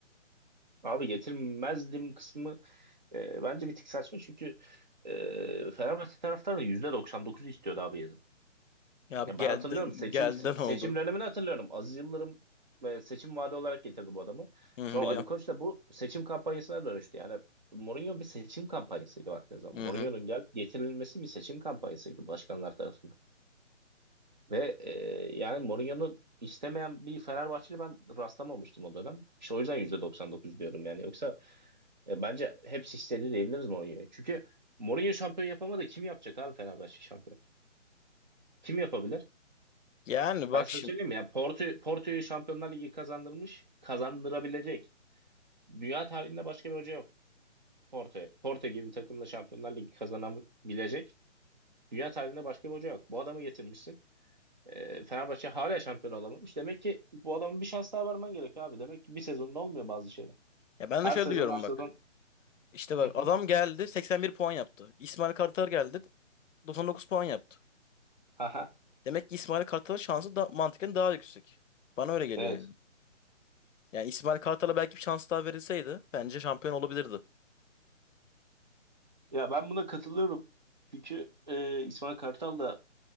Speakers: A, on the right (about 40°); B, on the left (about 80°).
A: Abi getirmezdim kısmı e, bence bir tık saçma çünkü e, Fenerbahçe taraftarının %99'u istiyordu abi yazın.
B: Ya abi
A: Ya
B: geldi
A: ben hatırlıyorum seçim
B: geldi
A: se-
B: ne
A: seçim
B: oldu?
A: dönemini hatırlıyorum. Aziz Yıldırım e, seçim vaadi olarak getirdi bu adamı.
B: Hı hı,
A: Sonra
B: biliyorum.
A: Ali Koç da bu seçim kampanyasına dönüştü. Yani Mourinho bir seçim kampanyasıydı baktığın zaman.
B: Hı
A: Mourinho'nun
B: hı.
A: gel getirilmesi bir seçim kampanyasıydı başkanlar tarafından. Ve e, yani Mourinho'nun istemeyen bir Fenerbahçeli ben rastlamamıştım o dönem. İşte o yüzden %99 diyorum yani. Yoksa e, bence hepsi istedi diyebiliriz Mourinho'ya. Çünkü Mourinho şampiyon yapamadı. Kim yapacak abi Fenerbahçe şampiyon? Kim yapabilir?
B: Yani bak
A: Ben sana
B: şimdi.
A: söyleyeyim mi? Ya Porto, Porto'yu Şampiyonlar Ligi kazandırmış, kazandırabilecek. Dünya tarihinde başka bir hoca yok. Porto, Porto gibi bir takımla Şampiyonlar Ligi kazanabilecek. Dünya tarihinde başka bir hoca yok. Bu adamı getirmişsin. E, Fenerbahçe hala şampiyon olamamış. Demek ki bu adamın bir şans daha vermen gerekiyor abi. Demek ki bir sezonda olmuyor bazı şeyler.
B: Ya ben
A: Her
B: de şöyle
A: sezon
B: diyorum
A: her sezon.
B: bak. İşte bak
A: Hı hı.
B: adam geldi 81 puan yaptı. İsmail Kartal geldi 99 puan yaptı.
A: Aha.
B: Demek ki İsmail Kartal'ın şansı da mantıken daha yüksek. Bana öyle geliyor
A: Evet.
B: yani. Yani İsmail Kartal'a belki bir şans daha verilseydi bence şampiyon olabilirdi.
A: Ya ben buna katılıyorum. Çünkü e, İsmail Kartal da